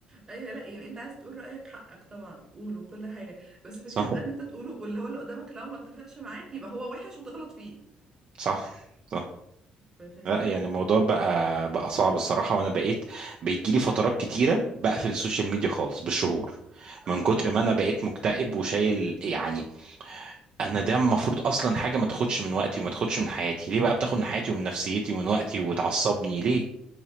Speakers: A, on the right (about 25°); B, on the right (about 45°).
A: ايوه لا يعني انت عايز تقول رايك حقك طبعا قوله كل حاجه بس فكره
B: صح
A: بقى ان انت تقوله واللي هو اللي قدامك لو ما اتفقش معاك يبقى هو وحش وتغلط فيه
B: صح صح
A: ف- فهي
B: لا يعني الموضوع بقى بقى صعب الصراحة وأنا بقيت بيجيلي فترات كتيرة بقفل السوشيال ميديا خالص بالشهور
A: اه
B: من كتر
A: اه
B: ما أنا بقيت مكتئب وشايل يعني أنا ده المفروض أصلا حاجة ما تاخدش من وقتي وما تاخدش من حياتي ليه بقى بتاخد من حياتي ومن نفسيتي ومن وقتي وتعصبني ليه؟